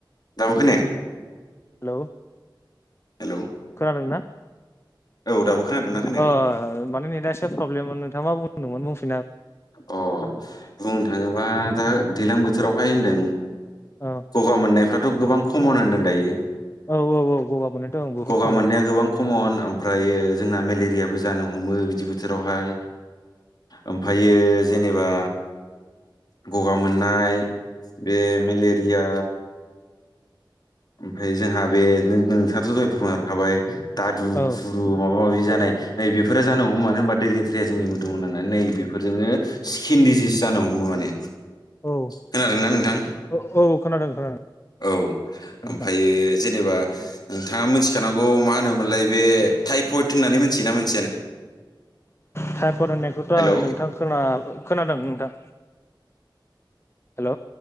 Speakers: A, on the left; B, on the left.
A: दाबो खोनाया?
B: हेलौ
A: हेलौ
B: खोनादों ना?
A: औ दाबो खोनादोंना खोनायाखै
B: अ माने नेटा एसे प्रब्लेममोन नोंथाङा बुंदोंमोन बुंफिन।
A: अ बुंनो थाङोबा दा दैलां बोथोरावहाय होनदों
B: औ
A: गगा मोननायफ्राथ' गोबां खमन होनदों दायो।
B: औ औ औ गगा मोननायथ' आं बुहुद
A: गगा
B: खोमोन
A: मोननाया
B: औ
A: गोबां खमन ओमफ्रायो जोंना मेलेरियाबो जानो हमो बिदि बोथोरावहाय ओमफायो जेनेबा गगा मोननाय बे मेलेरिया ओमफ्राय जोंहा बे नो नोंथाङाथ' दहाय फोरमाय हरखाबाय दादु
B: औ
A: खुरु माबा माबा माबि जानाय नै बेफोरो जानो हमो मानो होनबा दै लेथ्राया जोंनि मोदोमाव नांनानै नै बेफोरजोंनो स्किन डिजिस जानो हमो माने
B: औ
A: खोनादोंना नोंथां
B: औ औ खोनादों खोनादों।
A: औ ओमफ्राययो
B: नोंथां
A: जेनेबा नोंथाङा मिथिखानांगौ मा होनोमोनलाय बे टाइफयद होननानै मिथियोना मोन -
B: टायपयेट होननायखौथ'
A: हेलौ
B: आं नोंथां खोन खोनादों नोंथां। हेल'